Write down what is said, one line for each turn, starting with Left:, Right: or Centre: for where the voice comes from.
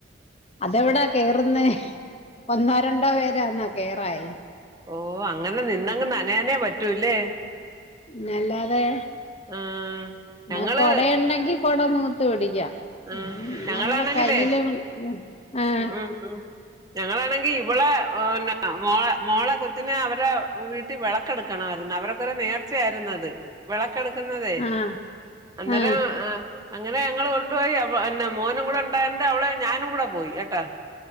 Left: അതെവിടാ കേറുന്ന ഒന്നോ രണ്ടോ പേരാന്നാ കേറായി
Right: ഓ അങ്ങനെ നിന്നങ്ങ് നനയാനേ പറ്റൂല്ലേ
Left: പിന്ന അല്ലാതെ
Right: ആഹ്
Left: പിന്ന
Right: ഞങ്ങള്
Left: കൊടയുണ്ടെങ്കി കൊട നിവർ <unintelligible>
Right: ആഹ് ഞങ്ങളാണെങ്കിലേ
Left: നമ്മുടെ കയ്യിലും ആഹ്
Right: ഉം ഉം ഞങ്ങളാണെങ്കി ഇവളെ ഇന്നെ മോളെ മോളെ കൊച്ചിനെ അവരെ വീട്ടി വെള ക്കെട് എടുക്കണമായിരുന്നു അവരൊക്കൊരെ നേർച്ചയായിര്ന്ന് അത് വെളക്കെടുക്കുന്നതേ
Left: ആഹ്
Right: അന്നേരം
Left: ആഹ്
Right: ആ അങ്ങനെ ഞങ്ങള് കൊണ്ടുപോയി പിന്നെ മോനും കൂടെ ഉണ്ടായണ്ട് അവളെ ഞാനും കൂടെ പോയി ട്ടാ